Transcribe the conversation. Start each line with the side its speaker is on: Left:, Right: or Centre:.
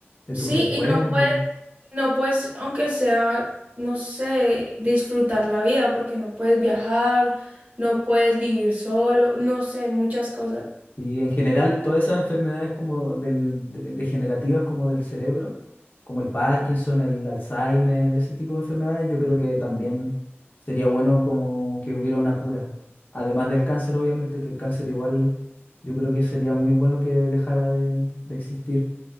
Left: de
Right: Sí,
Left: tus recuerdos.
Right: y no puede No, pues, aunque sea, no sé, disfrutar la vida, porque no puedes viajar, no puedes vivir solo, no sé, muchas cosas.
Left: Y en general, todas esas enfermedades como del, de- degenerativas como del cerebro, como el Parkinson, el Alzheimer, ese tipo de enfermedades, yo creo que también sería bueno como que hubiera una cura. Además del cáncer, obviamente, que el cáncer igual, yo creo que sería muy bueno que dejara de, de existir.